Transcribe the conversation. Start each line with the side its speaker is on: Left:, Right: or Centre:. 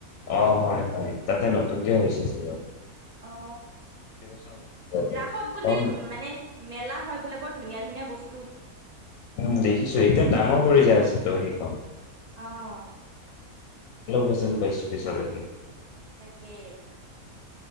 Left: অ হয়। হয়। তাতে নতুনকে হৈছে চাগে।
Right: অ
Left: বেছি বছৰ হোৱা নাই তাতে
Right: ৰাসত বোলে
Left: অ'
Right: মানে মেলা হয় বোলে বৰ ধুনিয়া ধুনিয়াবস্তু
Left: উম দেখিছো। একদম ডাঙৰ কৰি যাই আছে। সেইখন
Right: অহ
Left: <unintelligible>
Right: তাকে।